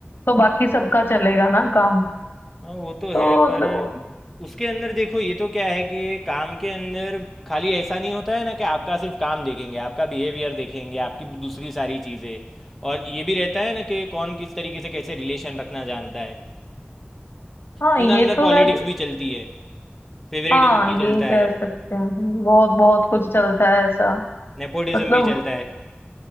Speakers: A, on the left (about 60°); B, in the centre.
A: तो बाकी सबका चलेगा ना काम
B: हाँ वो तो
A: तो
B: है
A: मतलब
B: पर उसके अंदर देखो ये तो क्या है कि काम के अंदर खाली ऐसा नहीं होता है ना कि आपका सिर्फ काम देखेंगे आपका बिहेवियर देखेंगे आपकी दूसरी सारी चीज़ें और ये भी रहता है ना कि कौन किस तरीके से कैसे रिलेशन रखना जानता है
A: हाँ
B: अंदर
A: ये
B: अंदर
A: तो
B: पॉलिटिक्स
A: है
B: भी चलती है फेवरेटिज्म
A: हाँ ये
B: भी चलता
A: कह
B: है
A: सकते हैं बहुत बहुत कुछ चलता है ऐसा
B: नेपोटिज्म
A: मतलब
B: भी चलता है